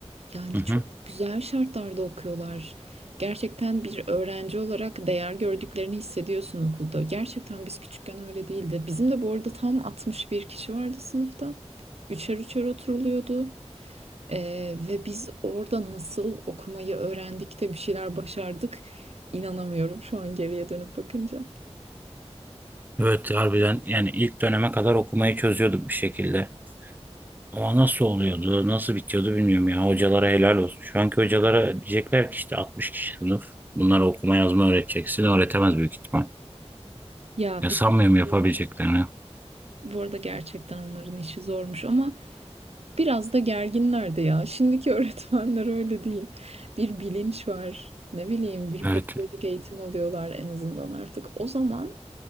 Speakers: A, on the right; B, on the right.
A: Yani
B: Hı hı.
A: çok güzel şartlarda okuyorlar. Gerçekten bir öğrenci olarak değer gördüklerini hissediyorsun okulda. Gerçekten biz küçükken öyle değildi. Bizim de bu arada tam 61 kişi vardı sınıfta. Üçer üçer oturuluyordu. Ee, ve biz orada nasıl okumayı öğrendik de bir şeyler başardık. İnanamıyorum şu an geriye dönüp bakınca.
B: Evet harbiden yani ilk döneme kadar okumayı çözüyorduk bir şekilde. Ama nasıl oluyordu, nasıl bitiyordu bilmiyorum ya. Hocalara helal olsun. Şu anki hocalara diyecekler ki işte 60 kişi sınıf. Bunlara okuma yazma öğreteceksin. Öğretemez büyük ihtimal.
A: Ya
B: Ya
A: bir
B: sanmıyorum
A: de şimdi
B: yapabileceklerini.
A: bu arada gerçekten onların işi zormuş ama Biraz da gerginler de ya. Şimdiki <laughs> öğretmenler öyle değil. Bir bilinç var. Ne bileyim bir
B: Evet.
A: pedagojik eğitim alıyorlar en azından artık. O zaman